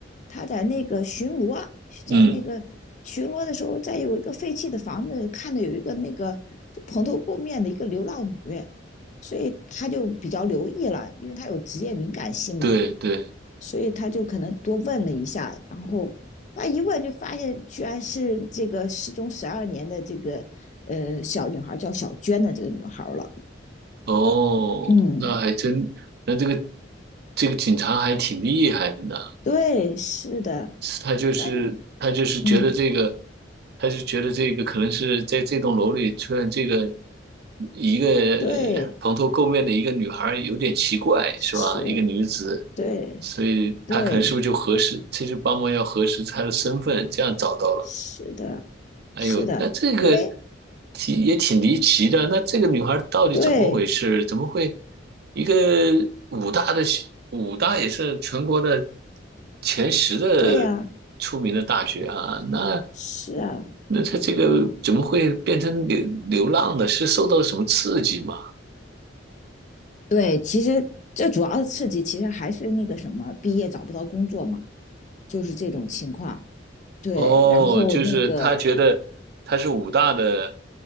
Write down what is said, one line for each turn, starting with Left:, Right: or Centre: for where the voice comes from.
Left: 他在那个巡逻，在那个巡逻的时候，
Right: 嗯，
Left: 在有一个废弃的房子看到有一个那个就蓬头垢面的一个流浪女。所以他就比较留意了，因为他有职业敏感性嘛，
Right: 对对。
Left: 所以他就可能多问了一下，然后他一问就发现居然是这个失踪十二年的这个呃小女孩叫小娟的这个女孩了。
Right: 哦，
Left: 嗯，
Right: 那还真，那这个这个警察还挺厉害的呢。
Left: 对，是的，
Right: 他就是他就是觉得这个，
Left: 关，嗯，
Right: 他就觉得这个可能是在这栋楼里出现这个一个呃蓬头垢面的一个女孩儿有点奇怪，
Left: 对，是，
Right: 是吧？一个女子，
Left: 对，
Right: 所以他可能是不是就核实，
Left: 对，
Right: 这就帮忙要核实她的身份，这样找到了。
Left: 是的，
Right: 哎呦，
Left: 是的，
Right: 那这个
Left: 因为
Right: 挺也挺离奇的。那这个女孩到底怎么回事？
Left: 对，
Right: 怎么会一个武大的学武大也是全国的前十的
Left: 对呀、啊
Right: 出名的大学啊？那
Left: 是啊，
Right: 那她这个怎么会变成流流浪的？是受到了什么刺激吗？
Left: 对，其实这主要的刺激其实还是那个什么，毕业找不到工作嘛，就是这种情况。对，
Right: 哦，
Left: 然后那个
Right: 就是她觉得她是武大的